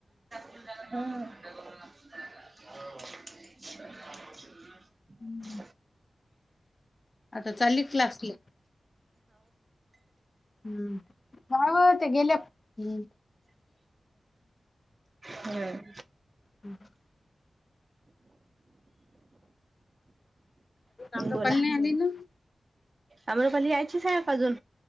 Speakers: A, on the right; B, on the left.
A: <inaudible> हं. हो <inaudible>
B: हम्म.
A: <inaudible> <inaudible>
B: चालली क्लासला हं. काय व ते गेल्या हं.
A: हम्म.
B: हम् <inaudible> आम्रपाली
A: बोला,
B: आली ना
A: अमरपली यायचीच हाय का अजून?